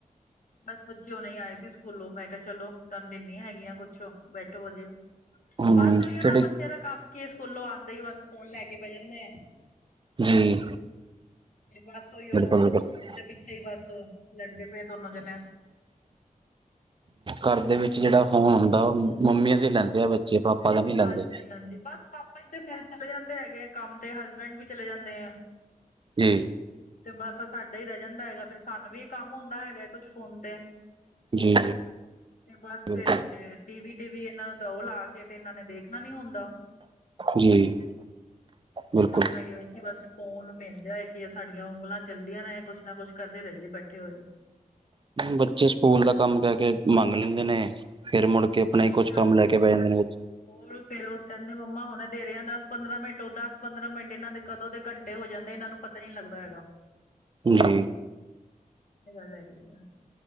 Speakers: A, on the left; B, on the right.
A: ਬਸ ਬੱਚੇ ਹਨੇ ਆਏ ਸੀ ਸਕੂਲੋਂ ਮੈਂ ਕਿਹਾ ਚਲੋ ਤਹਾਨੂੰ ਦਿਨ ਹੈਗੀਆਂ ਕੁਛ ਬੈਠੋ ਹਜੇ
B: ਹਮ
A: ਬਸ ਉਹੀਓ
B: ਤੁਹਾਡੇ
A: ਨਾ ਬੱਚੇ ਦਾ ਕੰਮ ਕੀ ਸਕੂਲੋਂ ਆਉਂਦਾ ਹੀ ਬਸ ਫੋਨ ਲੈ ਕੇ ਬਹਿ ਜਾਂਦੇ ਆ
B: ਜੀ
A: ਤੇ ਬਸ ਉਹੀ ਉਹ
B: ਬਿਲਕੁਲ ਬਿਲਕੁਲ
A: ਫੋਨ ਦੇ ਪਿੱਛੇ ਹੀ ਬਸ ਲੜਦੇ ਪਏ ਦੋਨੋ ਜਣੇ
B: ਘਰ ਦੇ ਵਿੱਚ ਜਿਹੜਾ ਫੋਨ ਹੁੰਦਾ ਉਹ ਮੰਮੀਆਂ ਤੇ ਲੈਂਦੇ ਆ ਜੇ ਪਾਪਾ ਨਹੀਂ ਲੈਂਦੇ
A: ਹਾਂਜੀ-ਹਾਂਜੀ ਬਸ ਪਾਪਾ ਹੀ ਤੇ ਫੇਰ ਚਲੇ ਜਾਂਦੇ ਹੈਗੇ ਆ ਕੰਮ ਤੇ ਹਸਬੈਂਡ ਵੀ ਚਲੇ ਜਾਂਦੇ ਆ
B: ਜੀ
A: ਤੇ ਬਸ ਸਾਡਾ ਹੀ ਰਹਿ ਜਾਂਦਾ ਹੈਗਾ ਫੇਰ ਸਾਨੂੰ ਵੀ ਕੰਮ ਹੁੰਦਾ ਹੈਗਾ ਹੈ ਕੁਛ ਫੋਨ ਤੇ
B: ਜੀ
A: ਤੇ ਬਸ
B: ਬਿਲਕੁਲ
A: ਫੇਰ ਕੀ ਹੈ ਟੀ ਵੀ ਟੀ ਵੀ ਇਹਨਾਂ ਨੂੰ ਦਓ ਲਾ ਕੇ ਤੇ ਇਹਨਾਂ ਨੇ ਦੇਖਣਾ ਨੀ ਹੁੰਦਾ
B: ਜੀ ਬਿਲਕੁਲ
A: ਇਹਦਨੂੰ ਹੈਗੀ ਹੋ ਕਿ ਬਸ ਫੋਨ ਮਿਲ ਜਾਏ ਕਿ ਸਾਡੀਆਂ ਉਂਗਲਾਂ ਚੱਲਦੀਆਂ ਰਹੇ ਕੁੱਛ ਨਾ ਕੁੱਛ ਕਰਦੇ ਰਹੀਏ ਬੈਠੇ ਹੋਏ
B: ਬੱਚੇ ਸਕੂਲ ਦਾ ਕੰਮ ਕਹਿ ਕੇ ਮੰਗ ਲੈਂਦੇ ਨੇ ਫੇਿਰ ਮੁੜ ਕਿ ਆਪਣਾ
A: ਹਾਂਜੀ
B: ਹੀ ਕੁਛ
A: ਹਾਂਜੀ
B: ਕੰਮ ਲੈ ਕੇ ਪੈ ਜਾਂਦੇ ਨੇ ਵਿੱਚ
A: ਹੋਰ ਫੇਰ ਉਹ ਕਹਿੰਦੇ ਮੰਮਾ ਹੁਣ ਦੇ ਰਿਹਾ ਦਸ ਪੰਦਰਾਂ ਮਿੰਟ ਉਹ ਦਸ ਪੰਦਰਾਂ ਮਿੰਟ ਇਹਨਾਂ ਦੇ ਕਦੋਂ ਦੇ ਘੰਟੇ ਹੋ ਜਾਂਦੇ ਇਹ ਨੂੰ ਪਤਾ ਨੀ ਲੱਗਦਾ ਹੈਗਾ
B: ਜੀ
A: ਇਹ ਗੱਲ ਹੈਗੀ ਆ